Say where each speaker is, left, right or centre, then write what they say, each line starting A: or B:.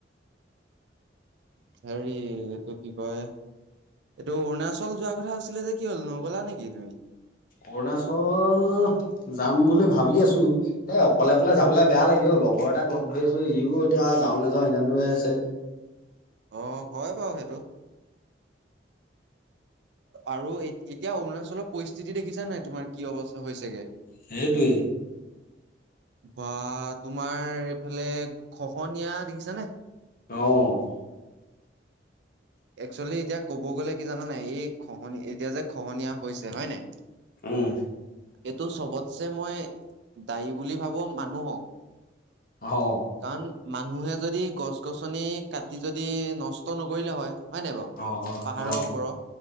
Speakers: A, on the right; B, on the left.
A: হেৰি। এইটো কি কয় এইটো অৰুণাচল যোৱা কথা আছিলে যে কি হ'ল নগ'লা নেকি তুমি।
B: অৰুণাচল যাম বুলি ভাবি আছোঁ এ অকলে অকলে যাবলে বেয়া লাগে অ। লগৰ এটাক লগ ধৰি আছোঁ ইও এতিয়া যাও নাযাও সিদ্ধান্তই আছে।
A: অ হয় বাৰু সেইটো। আৰু এতিয়া অৰুণাচলৰ পৰিস্থিতি দেখিছা নাই তোমাৰ কি অৱা হৈছেগে।
B: সেইটোৱে।
A: বা তোমাৰ এইফালে খহনীয়া দেখিছানে।
B: অহ।
A: একচুৱেলি এতিয়া ক'ব গ'লে কি জানো নাই এই। খহনিয়া এতিয়া যে খহনীয়া হৈছে হয় নাই।
B: উম।
A: এইটো চবতছে মই দায়ী বুলি ভাবোঁ মানুহক।
B: অহ।
A: কাৰণ মানুহে যদি গছ গছনি কাটি যদি নষ্ট নকৰিলে হয়। হয় নাই বাৰু
B: অ
A: পাহাৰৰ
B: অ অ
A: ওপৰত